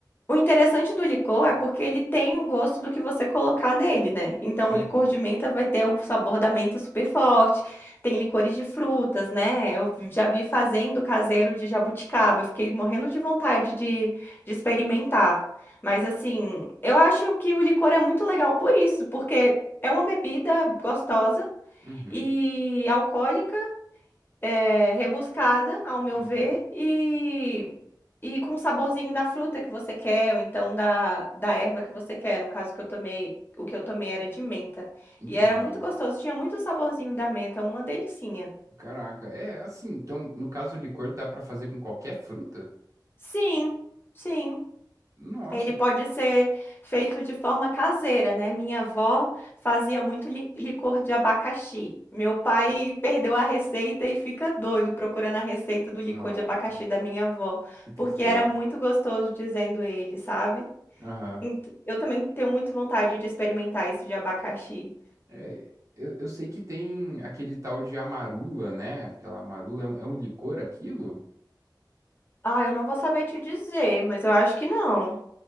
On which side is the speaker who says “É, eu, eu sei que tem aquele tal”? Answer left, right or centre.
Right